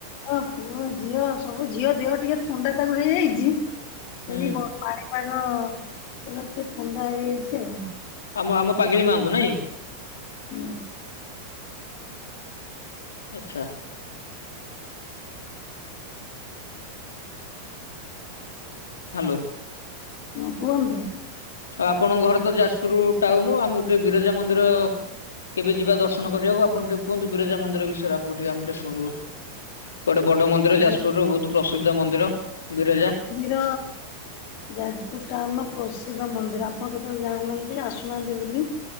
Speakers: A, on the left; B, on the left.
A: ହଁ ପୁଅ ଝିଅ ସବୁ ଝିଅ ଦେହ ଟିକେ ଥଣ୍ଡା ତାକୁ ହେଇଯାଇଛି। ସେଇ
B: ହୁଁ
A: ବ ପାଣି ପାାଗ ସମସ୍ତେ ଥଣ୍ଡା ହେଇଯାଇଛି ଆଉ।
B: ଆମ ଆମ ପାଗିଲୀ ମାଙ୍କୁ ନାଇଁ।
A: ହୁଁ।
B: ଆଚ୍ଛା। ହ୍ୟାଲୋ।
A: ହଁ କୁହନ୍ତୁ।
B: ଆଉ ଆପଣଙ୍କ ଘର ତ ଯାଜପୁର ଟାଉନ ଆମ ଗୋଟେ ବିରଜା ମନ୍ଦିର କେବେ ଯିବା ଦର୍ଶନ କରିବାକୁ ଆଣ ଟିକେ କୁହନ୍ତୁ ବିରଜା ମନ୍ଦିର ବିଷୟରେ ଆମକୁ ଆମେ ଟିକେ ଶୁନିବୁ। ଗୋଟେ ବଡ ମନ୍ଦିର
A: ବି
B: ଯାଜପୁର ର ବହୁତ ପ୍ରସିଦ୍ଧ ମନ୍ଦିର ବିରଜା।
A: ବୀର ଯାଜପୁର ଟାଉନର ପ୍ରସିଦ୍ଧ ମନ୍ଦିର ଆପଣ କେତେବେଳେ ଯାଉନାହାନ୍ତି ଆସୁନାହାନ୍ତି ବୋଲି।